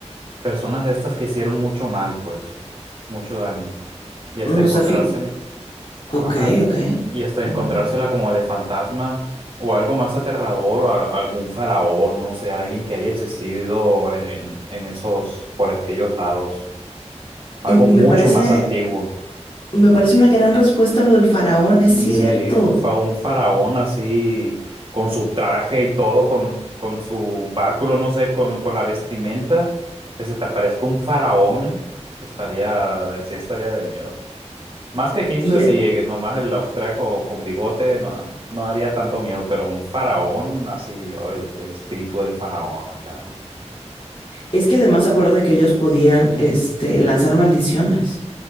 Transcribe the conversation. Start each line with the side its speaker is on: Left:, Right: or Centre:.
Right: personas de estas que hicieron mucho mal, pues, mucho daño. Y hasta
Left: Nos
Right: encontrársela,
Left: sé, fi- ok,
Right: ajá.
Left: ok.
Right: Y hasta encontrársela
Left: ujú.
Right: como de fantasma o algo más aterrador o a- algún faraón, no sé, alguien que haya existido en, en en esos, por aquellos lados. Algo
Left: Y
Right: mucho
Left: me parece,
Right: más antiguo.
Left: me parece una gran respuesta lo del faraón, es
Right: Mm,
Left: cierto.
Right: Sí, un, fa- un faraón así, con su traje y todo, con, con su báculo, no sé, con, con la vestimenta, que se te aparezca un faraón, estaría, sí, estaría de miedo. Más que Hitler,
Left: Y
Right: sí,
Left: e-
Right: nomás el austriaco con bigote no, no haría tanto miedo, pero un faraón así, oye, el espíritu del faraón acá, ¿no?
Left: es que además acuérdate que ellos podían, este, lanzar maldiciones.